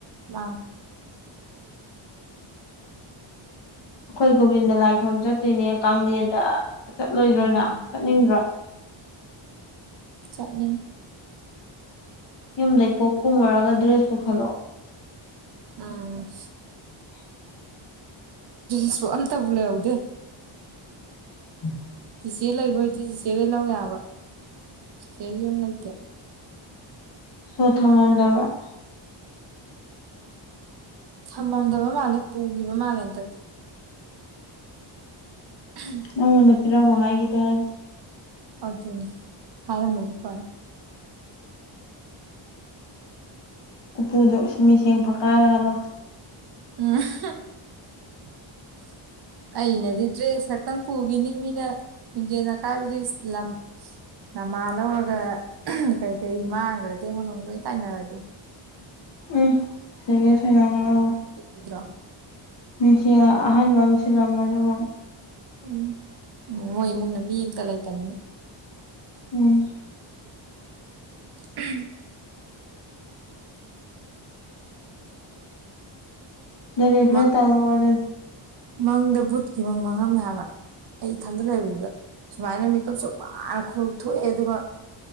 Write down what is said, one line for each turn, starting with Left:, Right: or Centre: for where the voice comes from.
Right: ꯑ
Left: ꯑꯩꯈꯣꯏ ꯒꯣꯕꯤꯟꯗ ꯂꯥꯏ ꯈꯨꯔꯕꯝ ꯆꯠꯇꯣꯏꯅꯦ ꯀꯂꯦꯟꯗ ꯆꯠꯂꯣꯏꯗ꯭ꯔꯣꯅ
Right: ꯎꯝ
Left: ꯆꯠꯅꯤꯡꯗ꯭ꯔꯣ
Right: ꯆꯠꯅꯤꯡ
Left: ꯌꯨꯝꯗꯒꯤ ꯀꯣꯛ ꯀꯨꯝꯃꯔꯒ ꯗ꯭ꯔꯦꯁꯁꯨ ꯄꯨꯈꯠꯂꯛꯑꯣ
Right: ꯎꯝ
Left: <unintelligible>
Right: ꯑꯁ ꯑꯝꯇꯕꯨ ꯂꯩꯍꯧꯗꯦ
Left: ꯎꯝ
Right: ꯏꯤꯆꯦ ꯂꯩꯕꯣꯏꯗꯤ ꯆꯤꯆꯦꯗꯩ ꯂꯧ ꯌꯥꯕ ꯆꯤꯆꯦ ꯌꯨꯝ ꯂꯩꯇꯦ
Left: <unintelligible>
Right: ꯊꯝꯃꯝꯗꯕ ꯃꯥꯜꯂꯦ ꯄꯨꯈꯤꯕ ꯃꯥꯜꯂꯦꯇꯗꯤ ꯎꯝ
Left: ꯅꯪꯉꯣꯟꯗ ꯄꯤꯔꯣ ꯋꯥ ꯍꯥꯏꯗꯤ ꯍꯥꯏ
Right: ꯑꯗꯨꯅꯤ ꯍꯥꯏꯔꯝꯃꯁꯨ ꯐꯅꯤ
Left: ꯎꯄꯨꯗꯣ ꯁꯤꯃꯤꯁꯤꯡꯦꯡ ꯄꯛ ꯀꯥꯏꯔꯒ ꯂꯧꯊꯣꯛ
Right: <unintelligible> ꯑꯩꯅꯗꯤ ꯗ꯭ꯔꯦꯁ ꯈꯛꯇꯪ ꯄꯨꯈꯤꯅꯤ ꯃꯤꯅ ꯃꯤꯤꯡꯖꯦꯜ ꯑꯀꯥꯏꯕꯗꯨꯂꯝ ꯅꯃꯥ ꯂꯧꯔꯒ ꯀꯩꯀꯩ ꯃꯥꯡꯈ꯭ꯔꯗꯤ ꯑꯩꯉꯣꯟꯗ ꯑꯃꯛ ꯂꯣꯏ ꯇꯥꯏꯅꯔꯗꯤ
Left: ꯎꯝ ꯁꯤꯒꯦ ꯁꯅꯉꯅ
Right: ꯗ꯭ꯔꯣ
Left: <unintelligible>
Right: ꯎꯝ ꯎꯝ ꯃꯣꯏ ꯏꯃꯨꯡꯅ ꯃꯤ ꯑꯝꯇ ꯂꯩꯇꯅꯤꯅ
Left: ꯎꯝ
Right: <unintelligible>
Left: ꯅ ꯗꯦꯅ
Right: ꯃꯪꯗ
Left: ꯆꯥꯂꯣꯋꯥꯗꯦ
Right: ꯃꯪꯗ ꯕꯨꯠꯀꯤ ꯃꯪ ꯃꯥꯡꯉꯝꯃꯦꯕ ꯑꯩ ꯏꯊꯟꯗ ꯂꯩꯕꯅꯤꯗ ꯁꯨꯃꯥꯏꯅ ꯃꯦꯀꯞ ꯆ ꯋꯥꯅ ꯊꯣꯛꯑꯦ ꯑꯗꯨꯒ